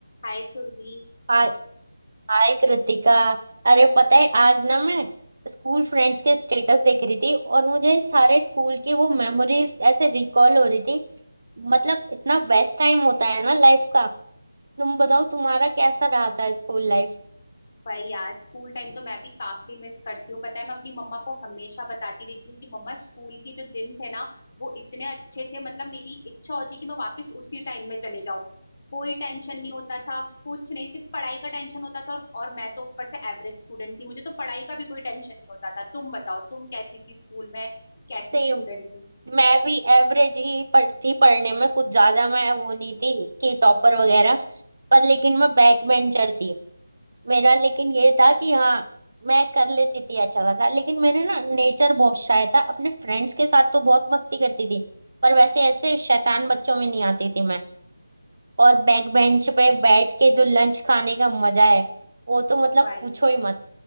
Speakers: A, on the left; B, on the right.
A: हाय सुरभि
B: हाय Hi Kritika अरे पता है आज ना मैं स्कूल फ्रेंड्स के स्टेटस देख रही थी और मुझे सारे स्कूल की वो मेमोरीज ऐसे रिकॉल हो रही थी मतलब इतना बेस्ट टाइम होता है ना लाइफ का तुम बताओ तुम्हारा कैसा रहा था स्कूल लाइफ
A: भाई यार school time तो मैं भी काफी मिस करती हूँ पता है मैं अपनी मम्मा को हमेशा बताती रहती हूँ कि मम्मा स्कूल के जो दिन थे ना वो इतने अच्छे थे मतलब मेरी इच्छा होती कि मैं वापस उसी टाइम में चले जाऊँ कोई टेंशन नहीं होता था कुछ नहीं सिर्फ पढ़ाई का टेंशन होता था और, और मैं तो ऊपर से एवरेज स्टूडेंट थी मुझे तो पढ़ाई का भी कोई टेंशन नहीं होता था तुम बताओ तुम कैसी थी स्कूल में कैसी
B: सेम
A: स्टूडेंट थी
B: मैं भी एवरेज ही पढ़ती पढ़ने में कुछ ज्यादा मैं वो नहीं थी कि टॉपर वगैरह पर लेकिन मैं बैक बेंचर थी मेरा लेकिन ये था कि हाँ मैं कर लेती थी अच्छा खासा लेकिन मेरे ना नेचर बहुत शाय था अपने फ्रेंड्स के साथ तो बहुत मस्ती करती थी पर वैसे ऐसे शैतान बच्चों में नहीं आती थी मैं और बैक बेंच पे बैठ के जो लंच खाने का मजा है वो तो मतलब
A: ओ भाई
B: पूछो ही मत